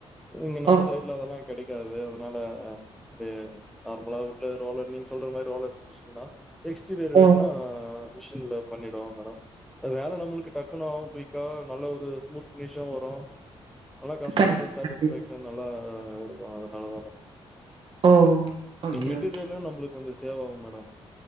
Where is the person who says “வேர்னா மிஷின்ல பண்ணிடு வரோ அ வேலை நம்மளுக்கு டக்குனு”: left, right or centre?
Centre